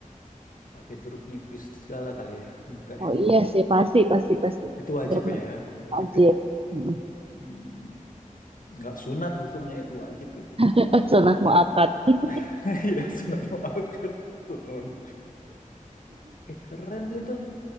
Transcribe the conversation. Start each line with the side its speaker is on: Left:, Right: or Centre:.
Left: pakai jeruk nipis segala kali ya? Enggak
Right: oh
Left: ya?
Right: iya sih pasti pasti pasti
Left: Itu wajib
Right: jeruk nipis
Left: ya, wajib
Right: wajib
Left: ya.
Right: Mm.
Left: Hmm, enggak sunat hukumnya itu wajib itu.
Right: <laughs> sunah muakat <laughs>
Left: <laughs> Iya, sunat muakkad. Serem. Eh, keren itu.